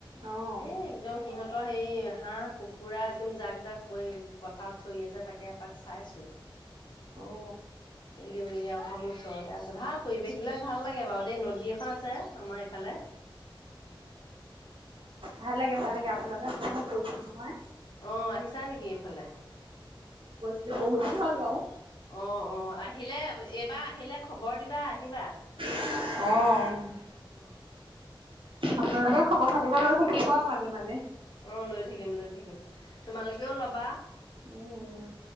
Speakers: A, on the right (about 70°); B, on the left (about 55°).
A: অ'।
B: এ একদম সিহঁত তই সেই হাঁহ কুকুৰা একদম জাক জাক ব পথাৰত চৰি আছে তাকে এপাক চাইছো
A: অ'।
B: দেউৰি গাওঁ খন ওচৰতে আছে ভাল পৰিৱেশ বিলাক ভাল লাগে বাৰু দেই নদী এখন আছে। আমাৰ এইফালে উম <inaudible>
A: ভাল লাগে ভাল লাগে আপোনালোকৰ সেইফালে গৈছো নহয়
B: আহ আহিছা নেকি এইফালে
A: বহুত দিন বহুত দিন হ'ল বাৰু
B: অ অ আহিলে এইবাৰ আহিলে খবৰ দিবা আহিবা
A: অ
B: উম
A: আপোনালোকে খবৰ খাতি লৈ থাকিব আৰু মাজে মাজে
B: অ লৈ থাকিম লৈ থাকিম তোমালোকেও লবা
A: উম